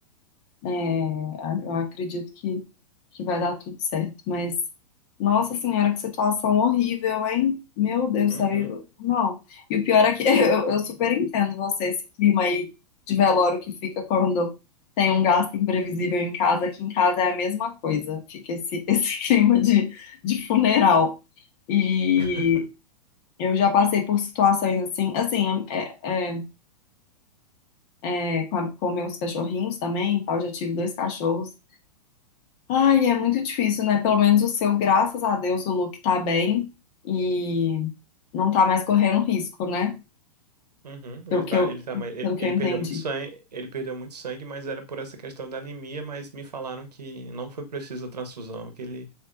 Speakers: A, on the left; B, on the right.
A: É, a- eu acredito que, que vai dar tudo certo, mas nossa senhora, que situação horrível, hein? Meu Deus
B: Uhum.
A: do céu, eu- não. E o pior é que <laughs> eu, eu super entendo você, esse clima aí de velório que fica quando tem um gasto imprevisível em casa, aqui em casa é a mesma coisa, fica esse, <laughs> esse clima de, de funeral. E
B: <laughs>
A: eu já passei por situações assim, assim, é, é, é, com, a- com meus cachorrinhos também, e tal, já tive dois cachorros. Ai, é muito difícil, né? Pelo menos o seu, graças a Deus, o Luke tá bem e não tá mais correndo risco, né?
B: Uhum. Ele
A: Pelo
B: tá,
A: que eu,
B: ele tá mais, ele,
A: pelo que
B: ele
A: eu entendi.
B: perdeu muito sangue, ele perdeu muito sangue, mas era por essa questão da anemia, mas me falaram que não foi preciso a transfusão, que ele